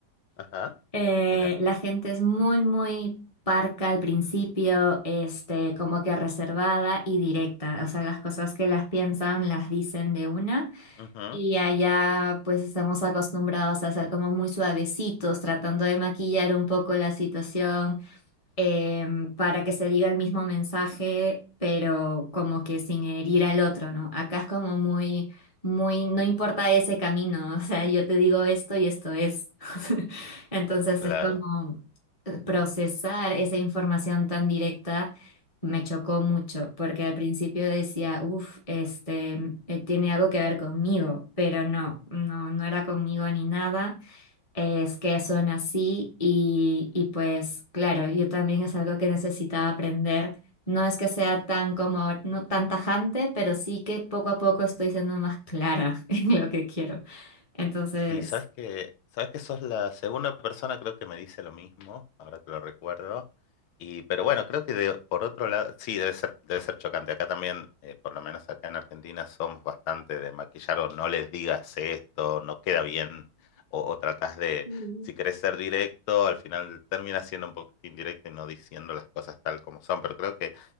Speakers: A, on the left; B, on the left.
A: Ajá,
B: Eh,
A: mira.
B: la gente es muy, muy parca al principio, este, como que reservada y directa. O sea, las cosas que las piensan las dicen de una.
A: Ujú,
B: Y allá pues estamos acostumbrados a ser como muy suavecitos, tratando de maquillar un poco la situación eh, para que se diga el mismo mensaje, pero como que sin herir al otro, ¿no? Acá es como muy, muy, no importa ese camino, <laughs> o sea, yo te digo esto y esto es. <laughs> Entonces
A: Claro.
B: es como eh, procesar esa información tan directa. Me chocó mucho porque al principio decía, uff, este, eh, tiene algo que ver conmigo, pero no, no, no era conmigo ni nada es que son así y, y pues claro, yo también es algo que necesitaba aprender. No es que sea tan como, no tan tajante, pero sí que poco a poco estoy siendo más clara <laughs> en lo que quiero. Entonces,
A: Sí, sabes que, sabes que sos la segunda persona creo que me dice lo mismo, ahora que lo recuerdo. Y, pero bueno, creo que de- por otro lado, sí, debe ser, debe ser chocante. Acá también, eh, por lo menos acá en Argentina, somos bastante de maquillar o no les digas esto, no queda bien, o, o tratás de,
B: Mm.
A: si querés ser directo, al final termina siendo un poquito indirecto y no diciendo las cosas tal como son. Pero creo que